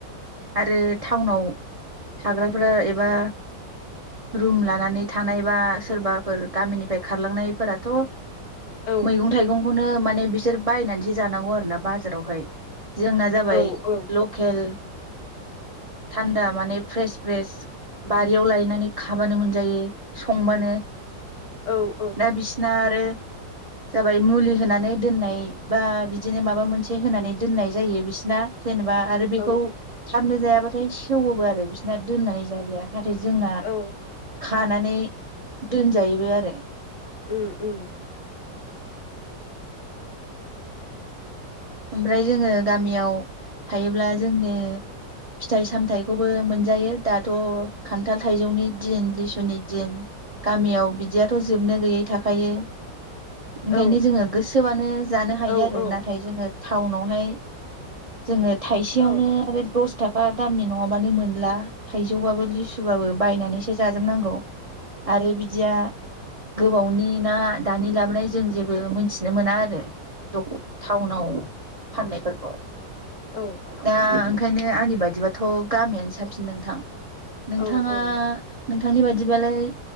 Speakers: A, on the right (about 65°); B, on the left (about 60°).
A: आरो टाउनाव थाग्राफोरा एबा रुम लानानै थानाय बा सोरबाफोर गामिनिफ्राय खारलांनायफोराथ'
B: औ
A: मैगं खौनो माने बिसोर बायनानैसो जानांगौ आरो ना बाजारावहाय। जोंना जाबाय
B: औ औ
A: लकेल थान्दा माने फ्रेश फ्रेश बारियाव लायनानै खाबानो मोनजायो। संबानो
B: औ
A: दा बिसना आरो जाबाय मुलि होनानै दोननाय बा बिदिनो माबा मोनसे होनानै दोननाय जायो बिसिना। जेनेबा आरो बेखौ
B: औ
A: थाबनो जायाबाथाय सेवोबो आरो बिसिरना दोननानै जाजाया। नाथाय जोंना
B: औ
A: खानानै दोनजायोबो आरो।
B: उम उम
A: ओमफ्राय जोङो गामियाव थायोब्ला जोंनो फिथाइ सामथाइखौबो मोनजायो दाथ' खान्थाल थाइजौनि दिन लिसुनि दिन गामियाव बिदियाथ' जोबनो गैयै थाखायो। ओंखायनो
B: औ
A: जोङो गोसोबानो जानो हायो
B: औ
A: आरो
B: औ
A: नाथाय जोङो टाउनावहाय जोङो थाइसेयावनो
B: औ
A: आरो दस थाखा दामनि नङाबानो मोनला थाइजौबाबो लिसु सुबाबो बायनानैसो जाजोबनांगौ आरो बिदिया गोबावनि ना दानि लाबोनाय जों जेबो मोनथिनो मोना आरो? द टाउनाव फाननायफोरखौ
B: औ
A: दा ओंखायनो आंनि बादिबाथ' गामियानो साबसिन नोंथां । नोंथाङा?
B: औ औ
A: नोंथांनि बायिबालाय